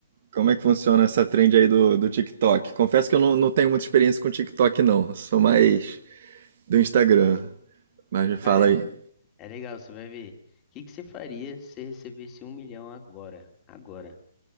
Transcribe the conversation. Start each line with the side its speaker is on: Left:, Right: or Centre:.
Right: como é que funciona
Left: Então,
Right: essa trend aí do, do TikTok? Confesso que eu não, não tenho muita experiência com TikTok, não. Sou mais do Instagram. Mas me
Left: Cara,
Right: fala aí.
Left: é legal, você vai ver. O que que você faria se recebesse um milhão agora? Agora.